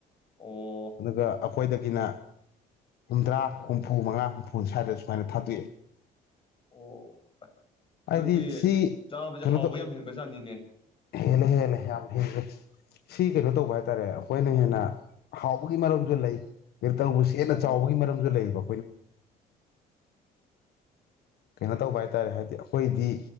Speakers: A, on the left; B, on the left.
A: ꯑꯣ
B: ꯑꯗꯨꯒ ꯑꯩꯈꯣꯏꯗꯒꯤꯅ ꯍꯨꯝꯗ꯭ꯔꯥ ꯍꯨꯝꯐꯨ ꯃꯉꯥ ꯍꯨꯝꯐꯨ ꯁ꯭ꯋꯥꯏꯗ ꯁꯨꯃꯥꯏꯅ ꯊꯥꯗꯣꯛꯑꯦ
A: ꯑꯣ ꯑꯗꯨꯗꯤ
B: ꯍꯥꯏꯗꯤ ꯁꯤ
A: ꯆꯥꯕꯁꯦ
B: ꯀꯩꯅꯣ
A: ꯍꯥꯎꯕ
B: ꯇꯧ
A: ꯌꯥꯝ ꯍꯦꯟꯕ ꯖꯥꯠꯅꯤꯅꯦ
B: ꯍꯦꯜꯂꯦ ꯍꯦꯜꯂꯦ ꯌꯥꯝ ꯍꯦꯟꯂꯦ ꯁꯤ ꯀꯩꯅꯣ ꯇꯧꯕ ꯍꯥꯏꯇꯥꯔꯦ ꯑꯩꯈꯣꯏꯅ ꯍꯦꯟꯅ ꯍꯥꯎꯕꯒꯤ ꯃꯔꯝꯖꯨ ꯂꯩ <unintelligible> ꯍꯦꯟꯅ
A: ꯑꯣ
B: ꯆꯥꯎꯕꯒꯤ ꯃꯥꯔꯝꯖꯨ ꯂꯩꯌꯦꯕ ꯀꯩꯅꯣ ꯇꯧꯕ ꯍꯥꯏꯇꯥꯔꯦ ꯍꯥꯏꯗꯤ ꯑꯈꯣꯏꯗꯤ